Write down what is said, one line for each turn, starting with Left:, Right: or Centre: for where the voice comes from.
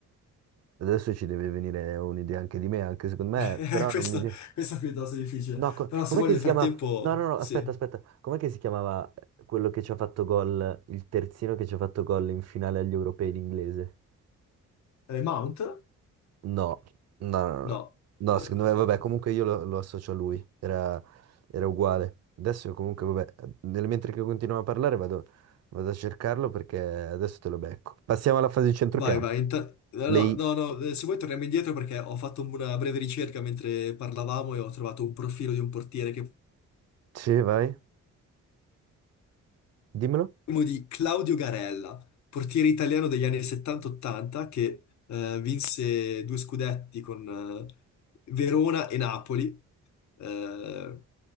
Right: adesso ci deve venire un'idea anche di me, anche secondo me,
Left: <laughs> Eh,
Right: però
Left: questa,
Right: non mi viene.
Left: questa è piuttosto difficile.
Right: No, co-
Left: Però se
Right: com'è
Left: vuoi
Right: che
Left: nel
Right: si
Left: frattempo...
Right: chiama? No, no, no,
Left: Sì.
Right: aspetta, aspetta. Com'è che si chiamava quello che ci ha fatto gol, il terzino che ci ha fatto gol in finale agli europei l'inglese?
Left: Eh, Mount?
Right: No, no, no,
Left: No.
Right: no. No,
Left: Eh,
Right: secondo me, vabbè, comunque io lo, lo associo a lui. Era, era uguale. Adesso comunque, vabbè, nel mentre che continuiamo a parlare vado, vado a cercarlo perché adesso te lo becco. Passiamo alla fase di centrocampo.
Left: vai, vai. inta- No,
Right: Lei,
Left: no, no, no, eh, se vuoi torniamo indietro perché ho fatto una breve ricerca mentre parlavamo e ho trovato un profilo di un portiere che
Right: sì, vai, dimmelo.
Left: Parliamo di Claudio Garella, portiere italiano degli anni 70-80 che eh, vinse due scudetti con eh, Verona e Napoli. Eh,